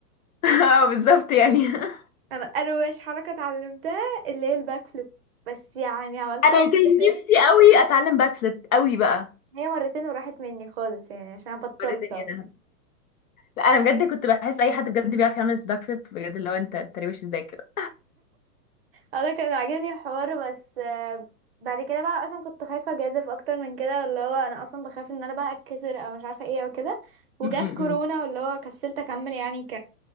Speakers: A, on the left (about 60°); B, on the right (about 40°).
A: <laughs> اه بالظبط يعني <laughs>
B: انا اروش حركه اتعلمتها اللي هي الباك فليب بس يعني عملتها
A: انا كان
B: مرتين
A: نفسي قوي اتعلم باك فليب قوي بقى
B: هي مرتين وراحت مني خالص يعني عشان أنا بطلت
A: وريتني إيه
B: اصلا
A: أنا. لا انا بجد كنت بحس اي حد بجد بيعرف يعمل باك فليب بجد اللي هو انت انت روش ازاي كده
B: انا كان عاجبني الحوار بس آه، بعد كده بقى اصلا كنت خايفه اجازف اكتر من كده اللي هو انا اصلا بخاف ان انا بقى اتكسر او مش عارفه ايه او كده وجات
A: م-
B: كورونا واللي هو كسلت اكمل يعني ك